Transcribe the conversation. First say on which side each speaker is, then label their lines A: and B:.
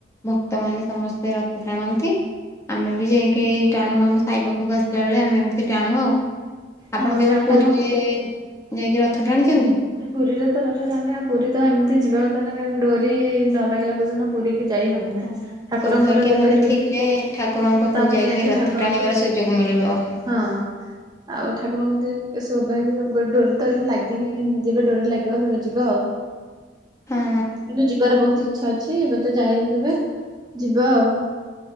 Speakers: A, on the left; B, on the right.
A: ଭକ୍ତମାନେ ସମସ୍ତେ ରଥ ଟାଣନ୍ତି। ଆମେ ବି ଯାଇକି ଟାଣୁ ଆମ ସାଇ ପାଖଙ୍କୁ ଆସିଲା ବେଳେ ଆମେ ଏମିତି ଟାଣୁ ଆଉ। ଆପଣ
B: ହଁ ହଁ
A: କେବେ
B: ଗାଁ
A: ପୁରୀରେ
B: ଟାଙ୍କ ପୁ
A: ଯାଇକି ରଥ ଟା ଟାଣିଛନ୍ତି?
B: ନ ପୁରୀରେ ତ <unintelligible> ଆଉ ପୁରୀ ତ ଏମିତି ଯିବା କଥା ନାହିଁ କାରଣ ଡୋରି ନ ଲାଗିଲା ପର୍ଯ୍ୟନ୍ତ ପୁରୀ କି ଯାଇ ହବ ନାହିଁ।
A: ହ
B: ଠାକୁରଙ୍କର
A: ସୌଭାଗ୍ୟ
B: ଯେବେ
A: ମାନେ
B: ଡୋରି
A: ଥିଲେ ଠାକୁରଙ୍କ ପାଖକୁ
B: ତାପରେ
A: ଯାଇକି ରଥ
B: ଠାକୁରଙ୍କ
A: ଟାଣିବାର ସୁ ଯୋଗ ମିଳିବ।
B: ହଁ ଆଉ ଠାକୁରଙ୍କ ମତେ ଏ ସୋଭାଗ୍ୟ ବଡୋର ତ ଲାଗିନି ଯେବେ ଡୋରି ଲାଗିବ ତବେ ଯିବା ଆଉ।
A: ହଁ
B: କିନ୍ତୁ ଯିବାର ବହୁତ ଇଛା ଅଛି ଏବେ ତ ଯାଇନୁ କେବେ ଯିବା ଆଉ।